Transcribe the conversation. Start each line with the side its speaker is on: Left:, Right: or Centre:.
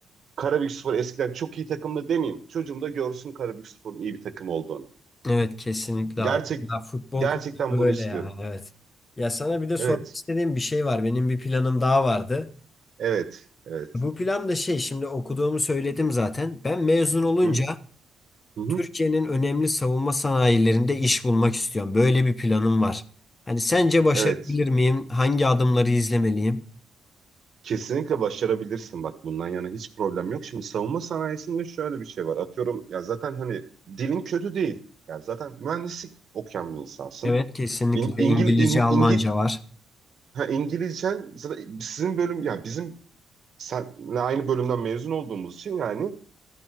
Right: Karabükspor eskiden çok iyi takımdı demeyeyim. Çocuğum da görsün Karabükspor'un iyi bir takım olduğunu.
Left: Evet kesinlikle
Right: Gerçek
Left: abi. Ya futbol
Right: gerçekten
Left: konusu
Right: bunu
Left: böyle
Right: istiyorum.
Left: yani evet. Ya sana bir de sormak
Right: Evet.
Left: istediğim bir şey var. Benim bir planım daha vardı.
Right: Evet. Evet.
Left: Bu plan da şey şimdi okuduğumu söyledim zaten. Ben mezun olunca
Right: Hı? Hı hı.
Left: Türkiye'nin önemli savunma sanayilerinde iş bulmak istiyorum. Böyle bir planım var. Hani sence başarabilir
Right: Evet.
Left: miyim? Hangi adımları izlemeliyim?
Right: Kesinlikle başarabilirsin bak bundan yana hiç problem yok. Şimdi savunma sanayisinde şöyle bir şey var. Atıyorum ya zaten hani dilin kötü değil. Ya zaten mühendislik okuyan bir insansın.
Left: Evet kesinlikle
Right: İn, İngil,
Left: İngilizce,
Right: İng-
Left: Almanca
Right: İngil,
Left: var.
Right: ha, İngilizcen zaten sizin bölüm ya bizim senle aynı bölümden mezun olduğumuz için yani